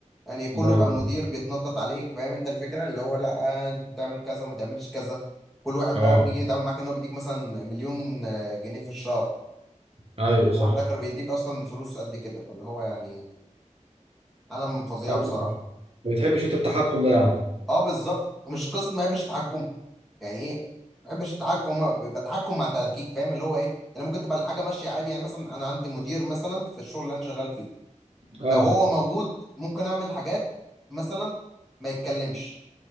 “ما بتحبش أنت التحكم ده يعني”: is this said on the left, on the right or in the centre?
Right